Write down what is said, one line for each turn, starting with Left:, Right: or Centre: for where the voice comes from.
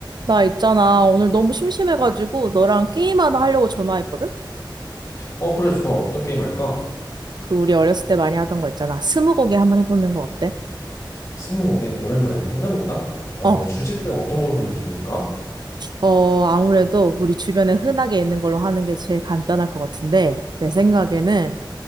Right: 나 있잖아. 오늘 너무 심심해가지고 너랑 게임 하나 하려고 전화했거든?
Left: 어, 그래, 좋아. 어떤 게임 할까?
Right: 그 우리 어렸을 때 많이 하던 거 있잖아. 스무고개 한번 해보는 거 어때?
Left: 스무고개, 오랜만이다. 한번 해볼까? 어,
Right: 어,
Left: 주제는 어떤 걸로 하는 게 좋을까?
Right: 어, 아무래도 우리 주변에 흔하게 있는 걸로 하는 게 제일 간단할 것 같은데, 내 생각에는,